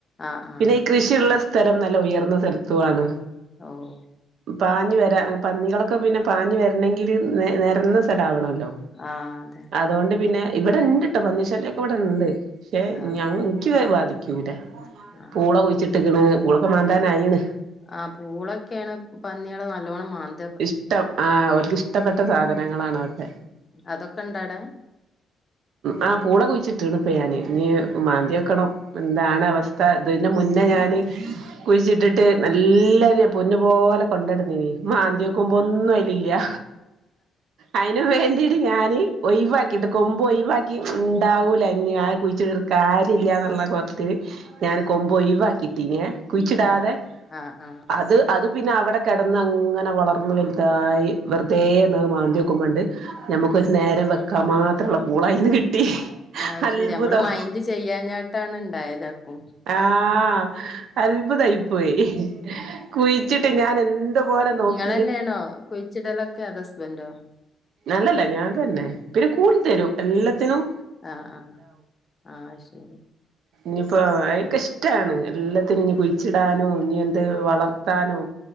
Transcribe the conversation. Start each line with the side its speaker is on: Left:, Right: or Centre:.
Left: ആഹ് ആഹ്
Right: പിന്നീ കൃഷിള്ള സ്ഥലം നല്ല ഉയർന്ന സ്ഥലത്തുവാണ്
Left: ഓഹ്
Right: പാഞ്ഞ് വെരാ പന്നികളൊക്കെ പിന്നെ പാഞ്ഞ് വരണെങ്കില് നെരന്ന സ്ഥലാവണല്ലോ
Left: ആഹ് അതെ
Right: അത് കൊണ്ട് പിന്നെ ഇവിട്ണ്ട്ട്ടോ പന്നിശലൃക്കെ ഇവിട്ണ്ട് പക്ഷേ
Left: ആഹ്
Right: ഞങ്ങ ഇൻക്ക് ബാധി ക്ക്യൂല
Left: ആഹ്
Right: പൂള കുഴിച്ചിട്ട്ക്ക്ണ് പൂളൊക്കെ മാന്താനായീണ്
Left: ആഹ് പൂളൊക്കെയാണ് പന്നികള് നല്ലോണം മാന്ത്
Right: ഇഷ്ടം ആഹ് ഓൽക്ക് ഇഷ്ടപ്പെട്ട സാധനങ്ങളാണതൊക്കെ
Left: അതൊക്കെണ്ടടെ.
Right: ആഹ്, പൂള കുഴിച്ചിട്ട്ണ് പ്പ ഞാന് ഞി മാന്തിയേക്കെണം. എന്താണ്
Left: ആഹ്
Right: അവസ്ഥ, ഇതിൻ്റെമുന്നേ ഞാന്. കുഴിച്ചിട്ടിട്ട് നല്ലെരു പൊന്നു പോലെ കൊണ്ടട്ന്നീന്ന് മാ ന്ത്യേക്കുമ്പോ
Left: ആഹ്
Right: ഒന്നും അയിലില്ലൃ. അയിനും വേണ്ടീട്ട് ഞാന് ഒഴിവാക്കിയിട്ട് കൊമ്പ് ഒഴിവാക്കി ണ്ടാവൂല ഞി ഞാന് കുഴിച്ചി കാര്യല്ലൃന്ന്ള്ള കോൽത്ത് ല് ഞാൻ കൊമ്പ് ഒഴിവാക്കിട്ടീന്നെ കുഴിച്ചിടാതെ
Left: ആഹ് ആഹ് ആഹ്
Right: അത് അത് പിന്നെ അവിടെ കെടന്നങ്ങനെ വളർന്ന് ളർന്ന് വലുതായി വെറുതെ ന്ന് മാന്തി നോക്കുമ്പണ്ട്. നമ്മക്കൊരു നേരം വെക്കാൻ മാത്രള്ള, പൂള അയിന്ന് കിട്ടി.
Left: അയ്
Right: അത്ഭുതം
Left: ശെരി നമ്മള് മൈൻഡ് ചെയ്യാ ഞട്ടാണ് ണ്ടായത്. ആക്കും.
Right: ആഹ് അത്ഭുതായി പോയി. കുയിച്ചിട്ട് ഞാനെന്ത് പേലെ നോക്കി.
Left: ഇങ്ങളെന്നെണോ കുഴിച്ചിടലൊക്കെ. അതോ, ഹസ്ബൻഡോ.
Right: അല്ല ല്ലാ ഞാൻ തന്നെ. പിന്നെ കൂടിത്തെരും എല്ലത്തിനും.
Left: ആഹ്, ആഹ്, അയ് ശെരി.
Right: ഞിപ്പോ അയെക്കെഷ്ടാണ്. എല്ലത്തിനും ഇനി കുഴിച്ചിടാനും. ഞി എന്ത് വളർത്താനും.